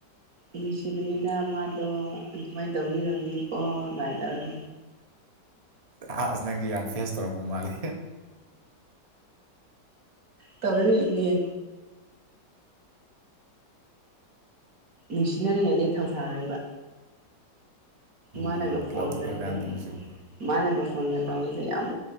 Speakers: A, on the right (about 55°); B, on the right (about 30°).
A: ꯅꯨꯡꯁꯤꯕꯅꯤꯗ ꯃꯥꯗꯣ ꯑꯗꯨꯃꯥꯏꯅ ꯇꯧꯕꯤꯔꯝꯕꯅꯤꯀꯣ ꯒꯥꯏ ꯇꯧꯔ
B: ꯑꯁ ꯅꯪꯗꯤ ꯌꯥꯝ ꯐꯦꯁ ꯇꯧꯔꯛꯄ ꯃꯥꯜꯂꯦ
A: ꯇꯧꯔꯛꯏꯅ‌ꯦ ꯅꯨꯡꯁꯤꯅꯔꯤꯉꯩꯗꯗꯤ ꯊꯧꯁꯥꯔꯣꯏꯕ ꯃꯥꯅꯒ
B: ꯎꯝ
A: ꯐꯣꯟꯒ
B: ꯂꯥꯞꯊꯣꯛꯈ꯭ꯔꯀꯥꯟꯗ
A: ꯇꯧꯔꯛꯄꯗꯣ
B: ꯅꯨꯡꯁꯤꯔꯛꯄꯗꯣ
A: ꯃꯥꯅꯒ ꯐꯣꯟꯒ ꯇꯧꯕꯁꯦ ꯌꯥꯝ